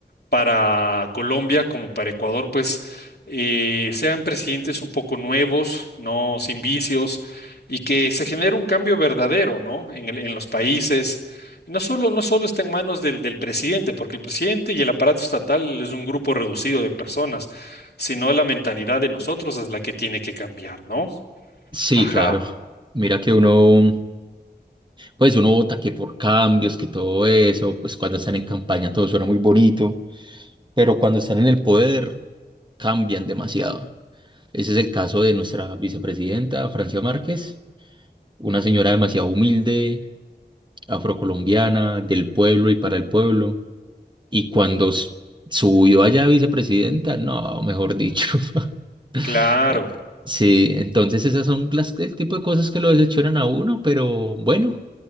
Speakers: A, on the left; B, on the right.
A: para Colombia como para Ecuador, pues eh, sean presidentes un poco nuevos, no sin vicios, y que se genere un cambio verdadero, ¿no? En el- en los países. Y no solo, no solo está en manos del, del presidente, porque el presidente y el aparato estatal es un grupo reducido de personas, sino la mentalidad de nosotros es la que tiene que cambiar, ¿no?
B: Sí,
A: Ajá,
B: claro. Mira que uno, pues uno vota que por cambios, que todo eso, pues cuando están en campaña todo suena muy bonito, pero cuando están en el poder cambian demasiado. Ese es el caso de nuestra vicepresidenta, Francia Márquez, una señora demasiado humilde, afrocolombiana, del pueblo y para el pueblo. Y cuando s- subió allá a vicepresidenta, no, mejor dicho. <laughs>
A: claro,
B: Eh, Sí, entonces esas son las, el tipo de cosas que lo desecharon a uno, pero bueno,